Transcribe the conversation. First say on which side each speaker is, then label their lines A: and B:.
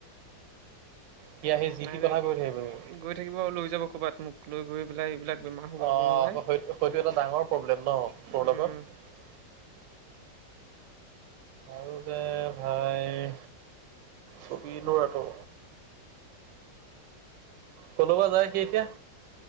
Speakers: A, on the right (about 80°); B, on the right (about 65°).
A: সি আহি যি
B: নাই
A: টি
B: নাই
A: কথা কৈ থাকিবহি
B: গৈ থাকিব লৈ যাব ক'বাত মোক। লৈ গৈ পেলাই এইবিলাক বেমাৰ হ'ব
A: অ',
B: মোৰ ভাই
A: আকৌ সেইটো এটা ডাঙৰ প্ৰব্লেম ন
B: উম
A: তোৰ লগত। আৰু যে ভাই ছবি ল'ৰাটো। কলৈ যায় সি এতিয়া?